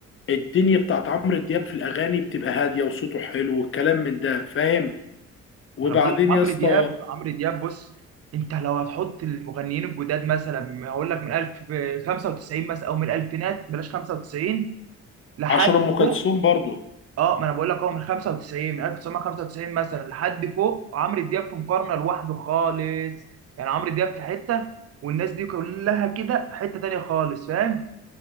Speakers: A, on the left; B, on the right.
A: الدنيا بتاعت عمرو دياب في الاغاني بتبقى هاديه وصوته حلو والكلام من ده فاهم وبعدين
B: انا بقول لك عمرو
A: يا اسطى
B: دياب عمرو دياب بص انت لو هتحط المغنيين الجداد مثلا هقول لك من 1095 مثلا او من الالفينات بلاش 95 لحد
A: عشان ام كلثوم
B: فوق
A: برضو
B: اه ما انا بقول لك هو من 95 من 1995 مثلا لحد فوق عمرو دياب في مقارنه لوحده خالص يعني عمرو دياب في حته والناس دي كلها كده في حته تانيه خالص فاهم